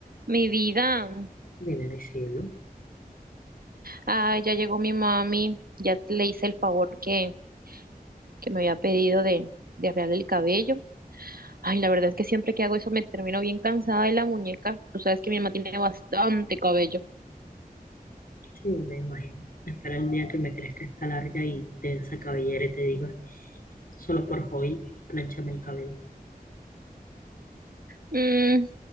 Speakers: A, on the right; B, on the left.
A: Mi vida,
B: Dime mi cielo.
A: ah, ya llegó mi mami, ya le hice el favor que, que me había pedido de, de arreglarle el cabello. Ay, la verdad es que siempre que hago eso me termino bien cansada de la muñeca. Tú sabes que mi mamá tiene bastante cabello.
B: Sí, me imagino. Espera el día que me crezca esta larga y densa cabellera y te diga, solo por hoy, planchame el cabello.
A: Mm,